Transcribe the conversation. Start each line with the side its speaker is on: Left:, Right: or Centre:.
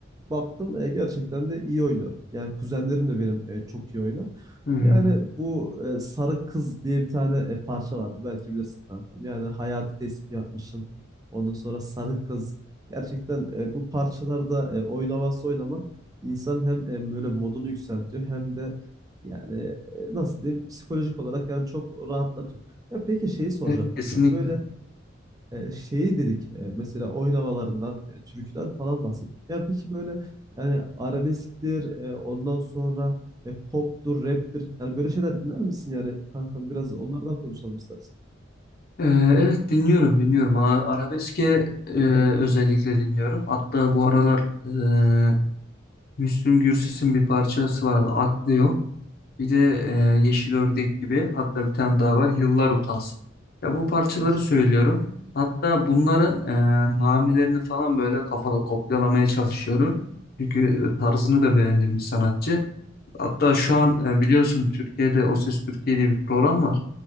Right: baktım e, gerçekten de iyi oynuyorum. Yani kuzenlerim de benim e, çok iyi oynar.
Left: Hmm.
Right: Yani bu e, Sarı Kız diye bir tane e, parça vardı. Belki bilirsin kankam. Yani hayati tespih yapmışım. Ondan sonra Sarı Kız. Gerçekten e, bu parçalarda e, oyun havası oynamak insan hem e, böyle modunu yükseltiyor hem de yani e, nasıl diyeyim psikolojik olarak yani çok rahatlatıyor. Ya peki şeyi soracağım
Left: Evet,
Right: kankam.
Left: kesinlikle.
Right: Böyle e, şeyi dedik e, mesela oynamalarından, e, türküden falan bahsettik. Ya peki böyle yani arabesktir, e, ondan sonra e, poptur, raptir. Yani böyle şeyler dinler misin yani kankam biraz onlardan konuşalım istersen.
Left: Ee, evet dinliyorum dinliyorum. A- Arabeske e, özellikle dinliyorum. Hatta bu aralar e, Müslüm Gürses'in bir parçası vardı. Aklı yok. Bir de e, Yeşil Ördek gibi hatta bir tane daha
Right: Hı hı.
Left: var Yıllar Utansın. Ya bu parçaları
Right: Gerçekten.
Left: söylüyorum. Hatta bunların e, namelerini falan böyle kafada kopyalamaya çalışıyorum. Çünkü e, tarzını da beğendim bir sanatçı. Hatta şu an e, biliyorsun Türkiye'de O Ses Türkiye diye bir program var.